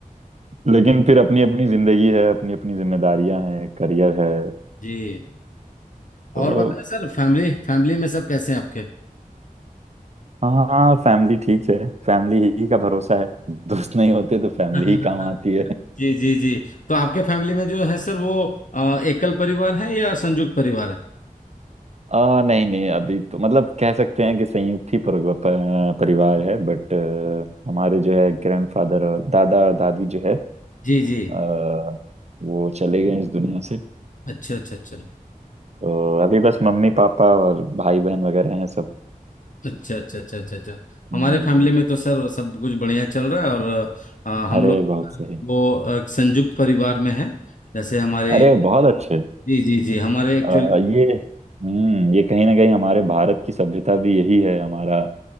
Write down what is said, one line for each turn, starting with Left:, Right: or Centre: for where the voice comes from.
Right: लेकिन फिर अपनी अपनी जिंदगी है अपनी अपनी जिम्मेदारियां हैं करियर है
Left: जी
Right: तो
Left: और बताएं सर फैमिली फैमिली में सब कैसे हैं आपके
Right: हाँ फैमिली ठीक है फैमिली ही का भरोसा है दोस्त नहीं होते तो फैमिली
Left: <laughs>
Right: ही काम आती है
Left: जी जी जी तो आपके फैमिली में जो है सर वो अ, एकल परिवार है या संयुक्त परिवार है
Right: आ, नहीं नहीं अभी तो मतलब कह सकते हैं कि संयुक्त ही पर, प- परिवार है बट हमारे जो है ग्रैंडफादर और दादा दादी जो है
Left: जी जी
Right: आ, वो चले गए इस दुनिया से
Left: अच्छा अच्छा अच्छा
Right: तो अभी बस मम्मी पापा और भाई बहन वगैरह हैं सब
Left: अच्छा अच्छा अच्छा अच्छा अच्छा
Right: हम्म,
Left: हमारे फैमिली में तो सर सब कुछ बढ़िया चल रहा है और अ, हम
Right: अरे
Left: लोग
Right: बहुत सही
Left: वो अ, संयुक्त परिवार में है जैसे हमारे
Right: अरे बहुत अच्छे
Left: जी जी जी हमारे एक्चुअली
Right: आ, ये हम्म ये कहीं ना कहीं हमारे भारत की सभ्यता भी यही है हमारा